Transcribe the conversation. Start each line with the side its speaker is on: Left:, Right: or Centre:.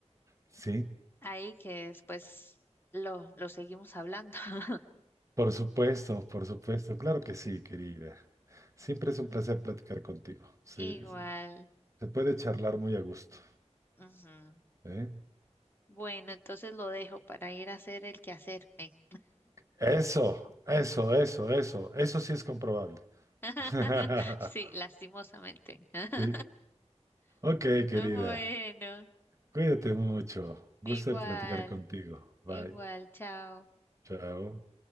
Right: sí.
Left: Ahí que después lo, lo seguimos hablando. <laughs>
Right: Por supuesto, por supuesto, claro que sí, querida. Siempre es un placer platicar contigo. Se,
Left: Igual.
Right: se- se puede charlar muy a gusto,
Left: ujú.
Right: ¿eh?
Left: Bueno, entonces lo dejo para ir a hacer el quehacer. Ey.
Right: Eso, eso, eso, eso, eso sí es comprobable.
Left: <laughs>
Right: <laughs>
Left: Sí, lastimosamente. <laughs>
Right: Sí. Ok,
Left: Bueno,
Right: querida, cuídate mucho. Gusto
Left: igual,
Right: en platicar contigo. Bye,
Left: igual, chao.
Right: chao.